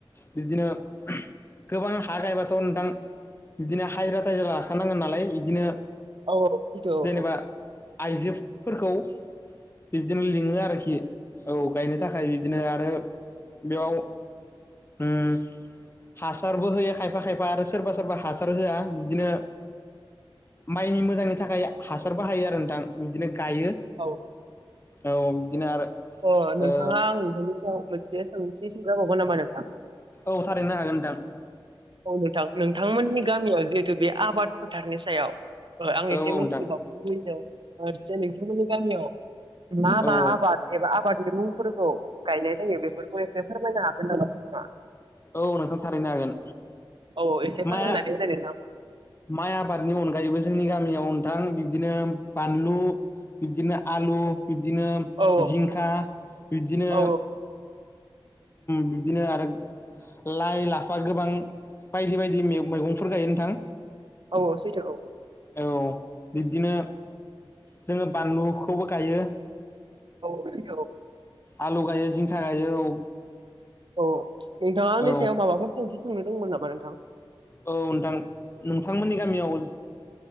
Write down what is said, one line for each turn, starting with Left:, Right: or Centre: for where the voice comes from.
Left: बिब्दिनो गोबां हा गायबाथ' नोंथां बिदिनो हाजिरा थाजिरा लाखानांगोन नालाय इदिनो
Right: औ औ सैथो औ
Left: जेनेबा
Right: औ
Left: आइजोफोरखौ बिब्दिनो लिङो आरोखि औ गायनो थाखाय बिब्दिनो आरो बेयाव उम हासारबो होयो खायफा खायफा आरो सोरबा सोरबा हासार होआ बिदिनो माइनि मोजांनि थाखाय हासार बाहायो आरो। नोंथां बिदिनो गायो
Right: औ
Left: औ बिदिनो आरो
Right: अ
Left: ओ
Right: नोंथाङा आं नोंथांनि सायाव मोनसे सोंथि सोंजाबावगोन नामा नोंथां?
Left: औ थारैनो हागोन नोंथां।
Right: औ नोंथां नोंथांमोननि गामियाव जिहेतु बे आबाद फोथारनि सायाव आं
Left: औ
Right: एसे
Left: औ नोंथां
Right: मिथिबावो लुबैदों हरसे नोंथां मोननि गामियाव मा
Left: औ
Right: मा
Left: औ
Right: आबाद एबा आबादनि मुंफोरखौ गायनाय जायो बेफोरखौ एसे फोरमायनो हागोन नामा नोंथाङा?
Left: औ नोंथां थारैनो हागोन
Right: औ औ एसे फोरमायनानै
Left: माया
Right: होलाय नोंथां
Left: माइ आबादनि अनगायैबो जोंनि गामियाव नोंथां बिदिनो बानलु बिब्दिनो आलु बिब्दिनो
Right: औ
Left: जिंखा बिब्दिनो
Right: औ
Left: बिदिनो आरो लाइ लाफा गोबां बायदि बायदि मैगंफोर गायो नोंथां
Right: औ औथ औ
Left: औ बिब्दिनो जोङो बानलुखौबो गायो
Right: औ बिग औ
Left: आलु गायो जिंखा गायो औ
Right: अ नोंथाङानि
Left: औ
Right: सायाव माबाफोर फंसफोंनो दंमोन नामा नोंथां
Left: औ नोंथां नोंथांमोननि गामियाव